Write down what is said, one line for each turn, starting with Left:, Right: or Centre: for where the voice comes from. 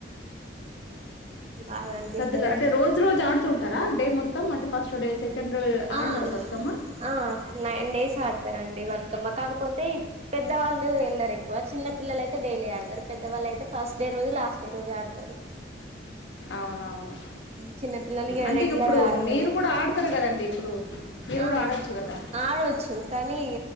Right: బాగా అనిపిస్తది
Left: సద్దుల అంటే రోజు రోజు ఆడుతూ ఉంటారా డే మొత్తం అంటే ఫస్ట్ డే సెకండ్ డే ఆడతారా
Right: ఆ
Left: బతుకమ్మ
Right: ఆ నైన్ డేస్ ఆడతారండి వత్ మ్మా కాకపోతే పెద్దవాళ్ళు వెళ్లరు ఎక్కువ చిన్న పిల్లలు అయితే డైలీ ఆడతారు పెద్దవాళ్ళు అయితే ఫస్ట్ డే లాస్ట్ డే రోజు ఆడతారు
Left: అవునవును
Right: చిన్న పిల్లలు
Left: అంటే
Right: రెగ్యులర్
Left: ఇగిప్పుడు
Right: గా ఆడతారు
Left: మీరు గూడ ఆడతారు గదండి ఇప్పుడు మీరు
Right: ఆ
Left: కూడా ఆడొచ్చు కదా
Right: ఆడొచ్చు కనీ